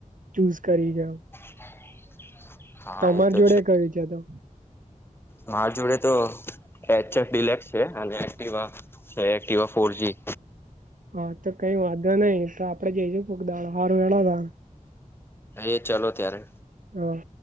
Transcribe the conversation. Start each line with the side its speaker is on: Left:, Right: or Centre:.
Right: ચૂઝ કરી જાવ
Left: <unintelligible>
Right: તમાર
Left: એ તો
Right: જોડે કઈ છે, તો?
Left: માર જોડે તો એચએફ ડિલક્સ છે, અને એકટીવા છે એકટીવા ફોરજી
Right: હા તો કઈ વાંધો નઈ તો આપડે જઈશું કોક દાડો હાર હેડો તારે
Left: એ ચાલો ત્યારે.
Right: હમ.